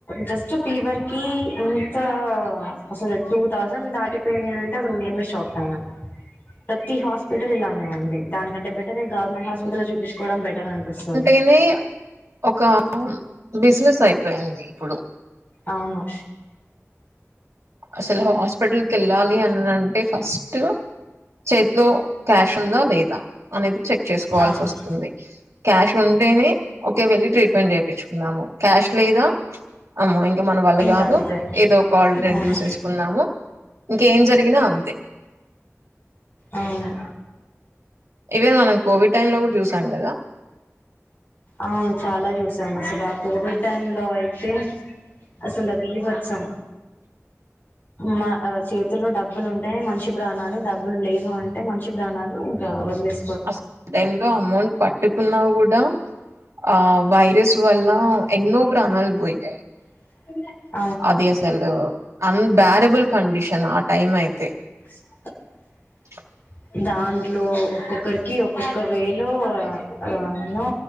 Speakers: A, on the left; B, on the right.
A: జస్ట్ ఫీవర్ కి ఇంతా అసలు టూ థౌజెండ్ దాటిపోయినయంట, మేమే షాక్ అయినం. ప్రతి హాస్పిటల్ ఇలాగనె ఉంది. దానికంటే బెటర్ ఎ గవర్నమెంట్ హాస్పిటల్ జూ తీసుకోవడం బెటర్ అనిపిస్తుంది.
B: కాని ఒక పూ బిజినెస్ అయిపోయింది ఇప్పుడు.
A: అవును.
B: అసలు హాస్పిటల్కెళ్ళాలి అని అంటే, ఫస్ట్ చె లో క్యాష్, ఉందా లేదా అనేది, చెక్ చేసుకోవాల్సిఒస్తుంది.
A: అవును
B: క్యాష్ ఉం టెనే ఒకే వెళ్ళి ట్రీట్మెంట్ జేపిచ్చుకుందాము. క్యాష్ లేదా అమ్మో - మన వల్ల
A: ఇంక
B: గాదు,
A: అంతే
B: ఏదో ఒక ఆల్ట్రనేట్
A: అవును
B: జూసేసు కుందాము. ఇంక ఏం జరిగినా అంతే.
A: అవును.
B: ఇవే, మనం కోవిడ్ టైమ్ లో గూడ జూసాం గదా?
A: అవును, చాలా జూసాం, అసలు ఆ కోవిడ్ టైమ్ లో అయితే అసలు బీభత్సం మా అ చేతులో డబ్బులు ఉంటే, మనిషి ప్రాణాలు, డబ్బులు లేదు అంటే, మనిషి ప్రాణాలు ఇంకా, వద్లెయ్
B: అసలు టైయిమ్ లో, అమౌంట్ పట్టుకున్నా గూడా ఆ వైరస్ వల్ల, ఎన్నో ప్రాణాలు పోయాయి.
A: <unintelligible>
B: అది అసలూ, అన్ బ్యారబుల్ కండీషన్, ఆ టైం అయితే
A: <inaudible>
B: <inaudible>
A: దాంట్లో ఒక్కొక్కరికి, ఒక్కొక్క వే లో ఆ రాను